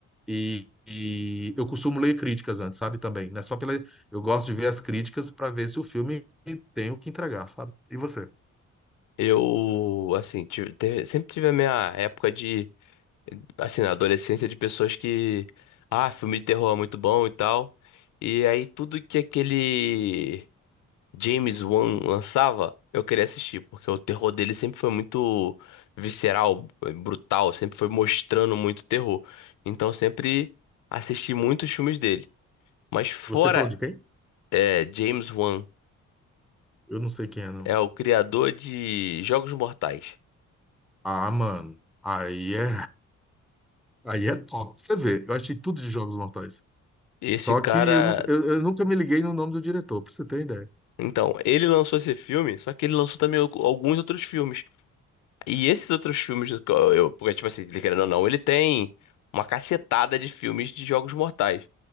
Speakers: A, in the centre; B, on the left.
A: E, e eu costumo ler críticas antes, sabe? Também, né? Só pela. Eu gosto de ver as críticas para ver se o filme tem o que entregar, sabe? E você?
B: Eu, assim, tive, teve- sempre tive a minha época de, assim, na adolescência, de pessoas que, ah, filme de terror é muito bom e tal. E aí tudo que aquele James Wan lançava, eu queria assistir, porque o terror dele sempre foi muito visceral, eh, brutal, sempre foi mostrando muito terror. Então eu sempre assisti muitos filmes dele. Mas fora,
A: Você falou de quem?
B: é, James Wan,
A: Eu não sei quem é, não.
B: é o criador de Jogos Mortais.
A: Ah, mano. Aí é Aí é top. Você vê, eu achei tudo de Jogos Mortais.
B: Esse
A: Só
B: cara
A: que eu, não- eu- eu nunca me liguei no nome do diretor, pra você ter ideia.
B: Então, ele lançou esse filme, só que ele lançou também al- alguns outros filmes. E esses outros filmes, do que eu, eu- porque, tipo assim, ele querendo ou não, ele tem uma cacetada de filmes de Jogos Mortais.